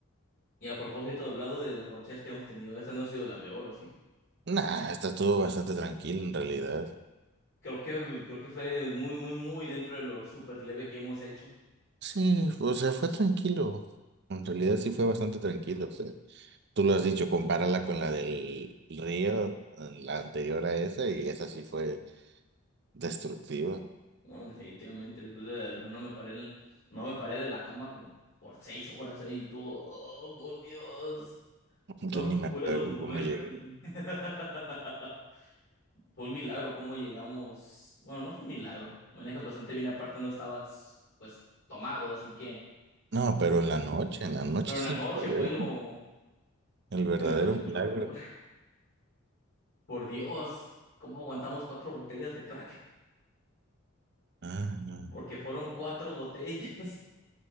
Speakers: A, on the left; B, on the right.
A: Y a propósito, hablando de las borrachas que hemos tenido, esta no ha sido la peor, ¿o sí?
B: Nah, esta estuvo bastante tranquilo en realidad.
A: Creo que, creo que fue muy, muy, muy dentro de lo súper leve que hemos hecho,
B: Sí, o sea, fue tranquilo. En realidad sí fue bastante tranquilo. O sea, tú lo has dicho, compárala con la del río, la anterior a esa, y esa sí fue destructiva.
A: ¿no? Definitivamente, después del Río no me paré, en- no me paré de la cama con, por seis horas ahí, todo, oh, por Dios, no
B: Yo ni me
A: puedo
B: acuerdo
A: moverme.
B: cómo llegué.
A: <laughs> Fue un milagro cómo llegamos, bueno, no fue un milagro, manejas bastante bien, aparte no estabas, pues, tomado, así que,
B: No, pero en la noche, en la noche
A: pero en
B: es
A: la
B: el
A: noche
B: problema,
A: fue lo,
B: el verdadero
A: en la noche fue
B: milagro.
A: lo peor, <laughs> por Dios, ¿cómo aguantamos cuatro botellas de crack?
B: Ah, no.
A: porque fueron cuatro botellas. <laughs>